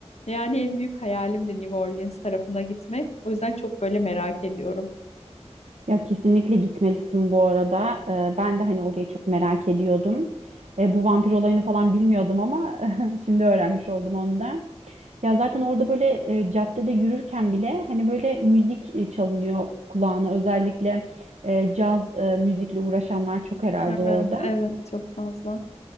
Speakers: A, on the left; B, on the right.
A: Yani en büyük hayalim de New Orleans tarafına gitmek. O yüzden çok böyle merak ediyorum.
B: Ya kesinlikle gitmelisin bu arada. Ee, ben de hani orayı çok merak ediyordum. Ee, bu vampir olayını falan bilmiyordum ama <laughs> şimdi öğrenmiş oldum onu da. Ya zaten orada böyle e, caddede yürürken bile hani böyle müzik e, çalınıyor kulağına. Özellikle e, caz e, müzikle uğraşanlar çok herhalde
A: Evet,
B: orada.
A: evet çok fazla.